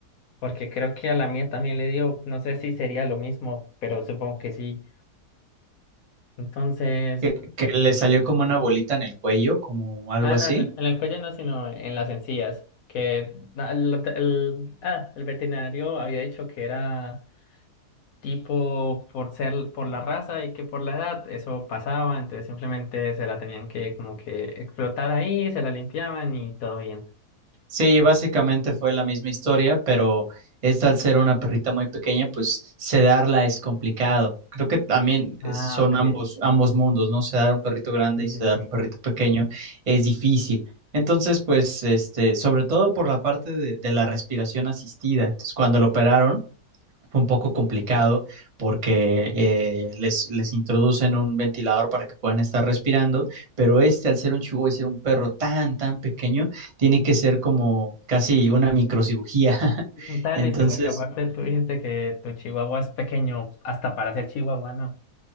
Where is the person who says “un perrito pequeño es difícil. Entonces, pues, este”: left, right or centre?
Right